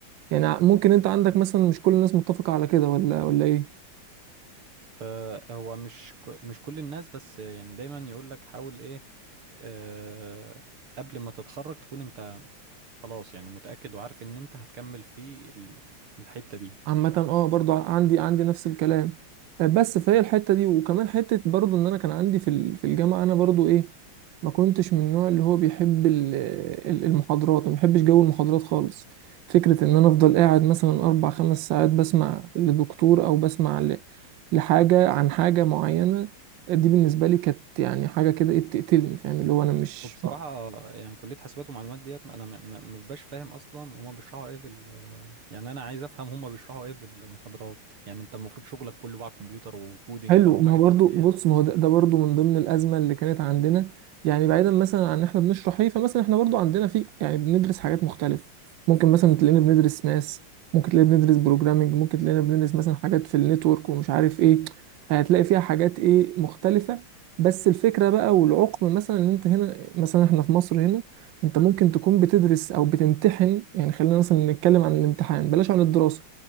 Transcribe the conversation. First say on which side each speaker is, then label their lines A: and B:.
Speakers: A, on the right; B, on the right.
A: يعني ع- ممكن انت عندك مثلا مش كل الناس متفقة على كده ولا ولا ايه
B: آه، هو مش ك- مش كل الناس بس يعني دايما يقول لك حاول ايه آه، قبل ما تتخرج تكون انت خلاص يعني متأكد وعارف ان انت هتكمل في ال- الحتة دي
A: عامة اه برضو عندي عندي نفس الكلام آه، بس فهي الحتة دي وكمان حتة برضو ان انا كان عندي في ال- في الجامعة انا برضو ايه ما كنتش من النوع اللي هو بيحب ال- ال- المحاضرات ما بحبش جو المحاضرات خالص فكرة ان انا افضل قاعد مثلا اربع خمس ساعات بسمع لدكتور او بسمع ل- لحاجة عن حاجة معينة دي بالنسبة لي كانت يعني حاجة كده ايه بتقتلني فاهم اللي هو انا مش
B: وبصراحة
A: ما
B: يعني كلية حاسبات ومعلومات ديت انا ما ما- ما ببقاش فاهم اصلا هما بيشرحوا ايه في ال- يعني انا عايز افهم هما بيشرحوا ايه في المحاضرات يعني انت المفروض شغلك كله بقى كمبيوتر وكودينج
A: حلو
B: بقى وحاجات
A: ما هو برضو
B: من ديت
A: بص ما هو ده, ده برضو من ضمن الازمه اللي كانت عندنا يعني بعيدا مثلا عن ان احنا بنشرح ايه فمثلا احنا برضو عندنا في يعني بندرس حاجات مختلفه ممكن مثلا تلاقينا بندرس ماس ممكن تلاقينا بندرس بروجرامنج ممكن تلاقينا بندرس مثلا حاجات في النتورك ومش عارف ايه فهتلاقي فيها حاجات ايه مختلفه بس الفكره بقى والعقم مثلا ان انت هنا مثلا احنا في مصر هنا انت ممكن تكون بتدرس او بتمتحن يعني خلينا مثلا نتكلم عن الامتحان بلاش عن الدراسه